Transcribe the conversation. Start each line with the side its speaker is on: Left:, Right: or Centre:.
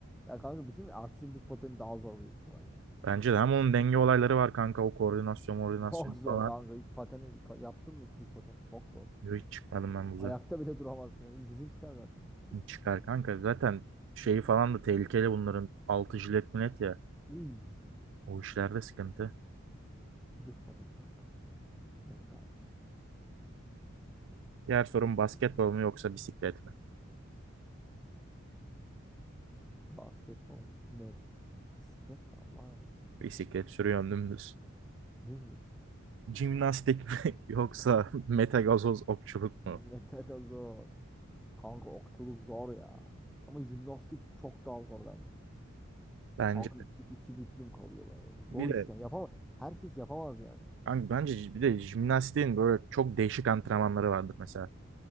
Centre: Ya kanka bir şey mi? Artistik buz pateni daha zor büyük ihtimal ya.
Right: Bence de hem onun denge olayları var kanka o koordinasyon koordinasyon
Centre: Çok zor
Right: falan.
Centre: kanka. Hiç pateni pa- yaptın mı hiç buz pateni? Çok zor.
Right: Hiç çıkmadım ben buza.
Centre: Ayakta bile duramazsın. Yani dizin çıkar zaten. Büyük ihtimal.
Right: Çıkar kanka zaten şeyi falan da tehlikeli bunların altı jilet millet ya.
Centre: Iy,
Right: O işlerde sıkıntı.
Centre: buz pateni kanka. Net abi.
Right: Diğer sorum basketbol mu yoksa bisiklet mi?
Centre: Basketbol. Net. Bisiklet ne Allah aşkına?
Right: Bisiklet sürüyorsun dümdüz.
Centre: Değil mi?
Right: Jimnastik mi <laughs> yoksa metagazoz okçuluk
Centre: Metakazoz.
Right: mu?
Centre: Kanka okçuluk zor ya. Ama jimnastik çok daha zor bence.
Right: Bence
Centre: Kanka iki,
Right: de.
Centre: iki büklüm kalıyorlar. Zor
Right: Bir de
Centre: iş ya. Yapamaz. Herkes yapamaz yani.
Right: kanka bence bir de jimnastiğin böyle çok değişik antrenmanları vardır mesela.